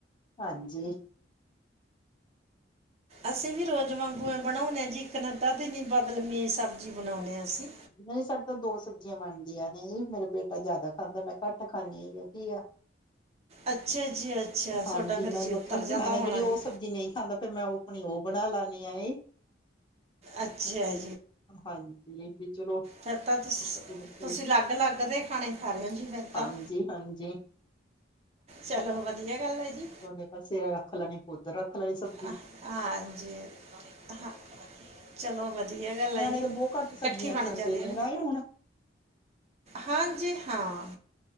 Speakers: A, on the left; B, on the right.
A: ਹਾਂਜੀ।
B: ਅਸੀਂ ਵੀ ਰੋਜ਼ ਵਂਗੂ ਅ ਬਣਾਉਂਨੇ ਜੀ, ਇੱਕ ਨਾ ਅੱਧਾ ਦਿਨ ਈ ਬਦਲਮੀ ਸਬਜ਼ੀ ਬਣਾਉਂਨੇ ਆ ਅਸੀਂ।
A: ਨਈ ਸਾਡੇ ਤਾਂ ਦੋ ਸਬਜ਼ੀਆਂ ਬਣਦੀਆਂ ਨੇ, ਏਈ ਮੇਰਾ ਬੇਟਾ ਜਾਦਾ ਖਾਂਦਾ ਮੈਂ ਘਟ ਖਾਂਨੀ ਆ ਘੀਆ।
B: ਅੱਛਾ ਜੀ ਅੱਛਾ
A: <inaudible> ਹਾਂਜੀ
B: ਤੁਹਾਡਾ ਫਿਰ
A: ਮੈਂ
B: ਜੀ
A: ਵੱਖਰੀ
B: ਉਤਰ ਜਾਂਦਾ
A: ਬਣਾ ਲੈ, ਜੇੜੀ
B: ਹੋਣਾ
A: ਓ
B: ਜੀ
A: ਸਬਜ਼ੀ ਨਈ ਖਾਂਦਾ ਫੇਰ ਮੈਂ ਓ ਅਪਣੀ ਓ ਬਣਾ ਲਾਨੀ ਆ ਏ
B: ਅੱਛਾ
A: ਹਾਂਜੀ, ਵੀ ਚਲੋ
B: ਫੇਰ ਤਾਂ ਤੁਸ-
A: ਵੱਖਰੀ ਵੱਖਰੀ
B: ਤੁਸੀਂ, ਲੱਗ -ਲੱਗ ਦੇ ਖਾਣੇ ਖਾ ਰੇ ਓ ਜੀ ਫੇਰ
A: ਹਾਂਜੀ
B: ਤਾਂ।
A: ਹਾਂਜੀ।
B: ਚਲੋ ਵਧੀਆ ਗੱਲ ਐ ਜੀ।
A: ਹੁੰਨੇ ਪਰਸੇਗਾ ਰੱਖ ਲੈਨੀ ਏਕ ਓਦਰ ਰੱਖ ਲੈਣੀ ਸਭ।
B: ਹਾਂ -ਹਾਂਜੀ। ਅਹਾਂ ਚਲੋ ਵਧੀਆ ਗੱਲ
A: ਨਿਆਣੇ
B: ਐ ਜੀ,
A: ਤਾਂ ਬਹੁਤ ਘੱਟ ਸਬਜ਼ੀਆਂ
B: ਕੱਠੀ ਬਣ
A: ਖਾਂਦੇ
B: ਜ ਜਾਂਦੀ
A: ਨੇ
B: ਏ।
A: ਨਾ ਇਹ ਹੁਣ
B: ਹਾਂਜੀ, ਹਾਂ।